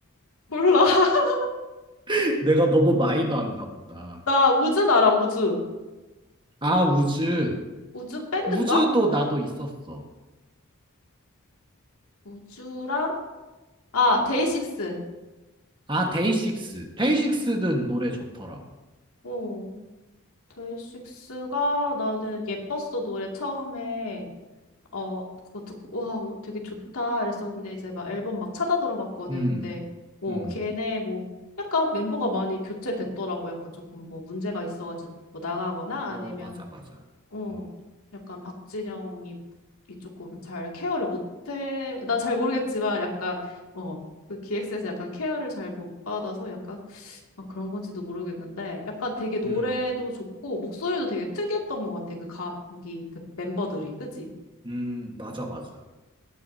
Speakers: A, on the left; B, on the right.
A: 몰라. <laughs>
B: <laughs> 내가 너무 마이너한가 보다.
A: 나 우즈 알아 우즈
B: 아, 우즈.
A: 우즈 밴드인가?
B: 우주도 나도 있었어.
A: 우즈랑 아 데이식스.
B: 아, 데이식스. 데이식스는 노래 좋더라고.
A: 어 데이식스가 나는 예뻤어 노래 처음에 어, 그거 듣고, 와, 뭐 되게 좋다. 이랬었는데, 이제 막 앨범 막 찾아 들어봤거든.
B: 음,
A: 근데, 뭐,
B: 음,
A: 걔네 뭐, 약간 멤버가 많이 교체됐더라고. 약간 조금 뭐, 문제가 있어가지고 뭐 나가거나
B: 어,
A: 아니면,
B: 맞아, 맞아.
A: 어,
B: 음.
A: 약간 박진영이 이 조금 잘 케어를 못해. 난 잘 모르겠지만, 약간, 어, 그 기획사에서 약간 케어를 잘 못 받아서 약간, 아, 그런 건지도 모르겠는데, 약간 되게 노래도
B: 음,
A: 좋고, 목소리도 되게 특이했던 것 같아. 그 가, 거기, 그 멤버들이. 그지?
B: 음, 맞아, 맞아.